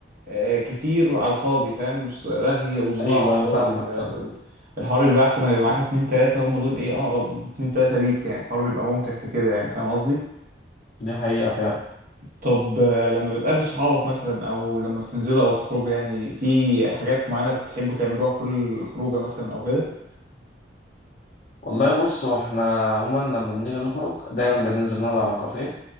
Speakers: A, on the right; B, on the left.
A: آه، كتير على الفاضي فاهم رغي وصداع
B: ايوه
A: على
B: ايوه
A: الفاضي
B: فاهمك
A: ف-
B: فاهم
A: الحوار بيبقى أحسن لما يبقى معاك اتنين تلاتة هم دول إيه أقرب اتنين تلاتة ليك يعني الحوار بيبقى ممتع في كده يعني فاهم قصدي؟
B: دي حقيقه فعلا
A: طب آه، لما بتقابل صحابك مثلا او لما بتنزلوا او تخرجوا يعني في حاجات معينة بتحبوا تعملوها كل خروجة مثلا او كده
B: والله بص هو احنا عموما لما بنيجي نخرج دايما بننزل نقعد على كافيه